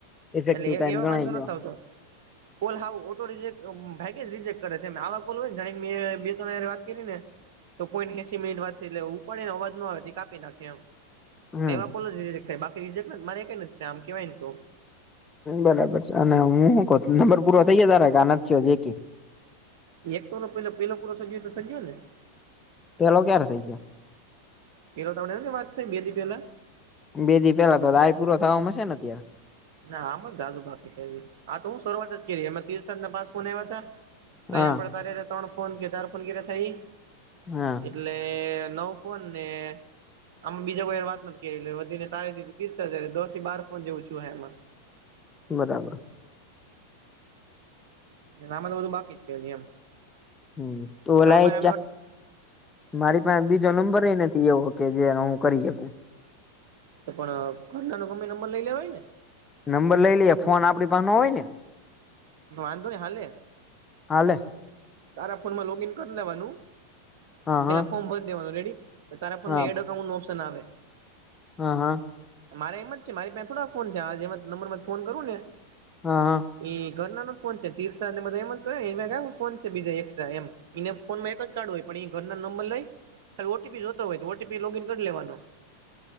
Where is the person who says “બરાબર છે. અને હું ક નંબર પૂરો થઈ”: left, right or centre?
Left